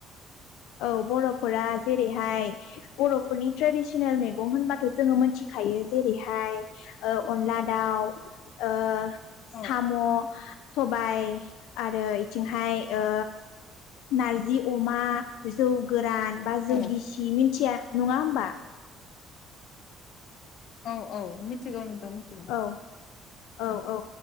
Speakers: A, on the left; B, on the left.
A: औ बर'फोरा जेरैहाय बर'फोरनि ट्रेडिसनेल मैगं होनबाथ' जोङो मिथिखायो जेरैहाय ओ अनला दाउ ओ साम'
B: औ
A: सबाइ आरो बिथिंहाय ओ नारजि अमा जौ गोरान बा जौ
B: औ
A: गिसि मिनथिया नङा होमबा
B: औ औ मिथिगौ नोंथां मिथिगौ
A: औ औ औ